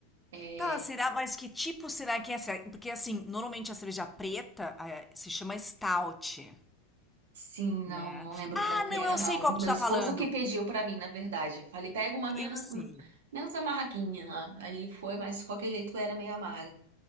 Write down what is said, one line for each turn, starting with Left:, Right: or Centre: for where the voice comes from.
Right: É,
Centre: Tá, será? Mas que tipo será que é essa? Porque, assim, normalmente a cerveja preta, eh, se chama stout,
Right: Sim, não,
Centre: né?
Right: não lembro
Centre: Ah,
Right: qual que
Centre: não,
Right: era,
Centre: eu
Right: não.
Centre: sei qual
Right: Meu
Centre: que tu tá
Right: esposo
Centre: falando.
Right: que pediu pra mim, na verdade. Falei, pega uma menos,
Centre: Eu sei.
Right: menos amarguinha lá. Aí foi, mas de qualquer jeito era meio amarga.